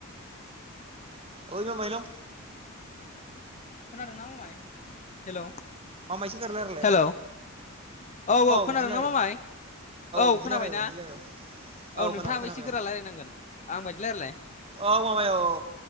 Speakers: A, on the right (about 25°); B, on the left (about 35°).
A: ओइ मामाय हेलौ
B: खोनादों ना मामाय हेलौ
A: मामाय एसे गोरा रायलायलाय
B: हेलौ औ औ खोनादों
A: बिदि रायलाय
B: ना मामाय
A: औ
B: औ
A: बिदि
B: खोनाबाय
A: रायलाय
B: ना
A: औ बिदि
B: औ
A: रायलाय औ
B: नोंथाङाबो
A: खोनाबाय खोनाबाय
B: एसे गोरा
A: औ
B: रायलायनांगोन आं बादि रायलायलाय
A: औ माबाय औ